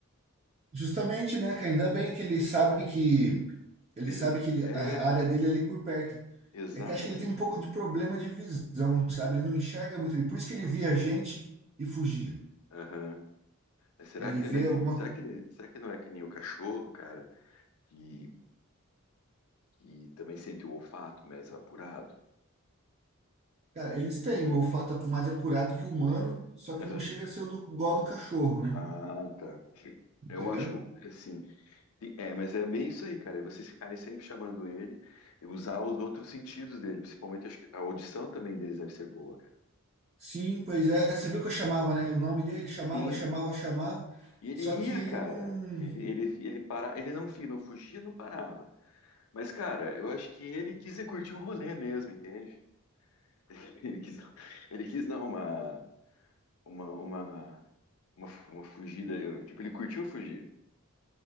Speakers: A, on the right (about 30°); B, on the left (about 75°).
A: Justamente, né, cara? Ainda bem que ele sabe que ele
B: Ele
A: sabe
B: já...
A: que ele,
B: É,
A: a a área dele é ali por perto.
B: exatamente.
A: É que acho que ele tem um pouco de problema de visão, sabe? Ele não enxerga muito bem. Por isso que ele via gente e fugia.
B: Aham. Mas Será
A: Ele
B: que ele
A: vê
B: não é que...
A: alguma.
B: Será que ele... Será que não é que nem o cachorro, cara? que que também sente o olfato mais apurado.
A: Cara, eles têm o olfato é mais apurado que o humano, só
B: Mas
A: que não
B: eu acho...
A: chega a ser o do, igual ao do cachorro, né?
B: Ah, tá.
A: Entendeu?
B: Eu acho que, assim, é, mas é bem isso aí, cara. É vocês ficarem sempre chamando ele, e usar os outros sentidos dele, principalmente acho que a audição também deles deve ser boa, cara.
A: Sim, pois é. Você viu que eu chamava, né? O nome dele chamava,
B: Sim,
A: chamava, chamava.
B: e ele
A: Só que
B: ia,
A: ele
B: cara.
A: não.
B: Ele, ele, ele, para, ele não, fi- não fugia, não parava. Mas, cara, eu acho que ele quis é curtir um rolê mesmo, entende? <laughs> Ele quis, ele quis dar uma, uma, uma, uma, fu- uma fugida. eu- tipo, ele curtiu fugir.